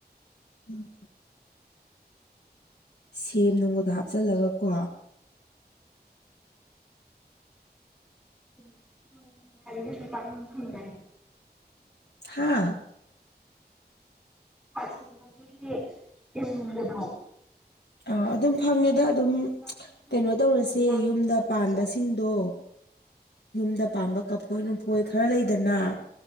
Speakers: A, on the left (about 80°); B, in the centre.
A: ꯎꯝ ꯁꯦꯝ ꯅꯣꯡꯃꯒ ꯍꯥꯞꯆꯜꯂꯒ ꯀꯣ
B: ꯎꯝ ꯃꯥꯅꯦ ꯍꯥꯢꯗ꯭ꯔꯥ ꯍꯩꯅꯦ ꯅꯨꯄꯥꯡꯅꯪ ꯍꯪꯉꯨꯗꯥꯢꯅꯦ
A: ꯍꯥꯥ
B: ꯑꯁ ꯃꯁꯤꯒꯤ ꯏꯟꯒꯅꯣ
A: ꯑ ꯑꯗꯨꯝ ꯐꯪꯉꯦꯗ ꯑꯗꯨꯝ
B: ꯗꯨꯀꯥꯟꯗ ꯑꯗꯨꯝ ꯐꯪꯕꯅꯤꯅ
A: ꯀꯩꯅꯣ ꯇꯧꯔꯁꯦ
B: ꯀꯩꯁꯨ ꯂꯥꯞꯅ
A: ꯌꯨꯝꯗ
B: ꯆꯠꯅꯗ꯭ꯔꯁꯨ
A: ꯄꯥꯟꯕꯁꯤꯡꯗꯣ
B: ꯌꯥꯝ
A: ꯌꯨꯝꯗ ꯄꯥꯝꯕ ꯀꯐꯣꯏ ꯅꯨꯡꯐꯣꯏ ꯈꯔ ꯂꯩꯗꯅ
B: ꯍꯣꯏ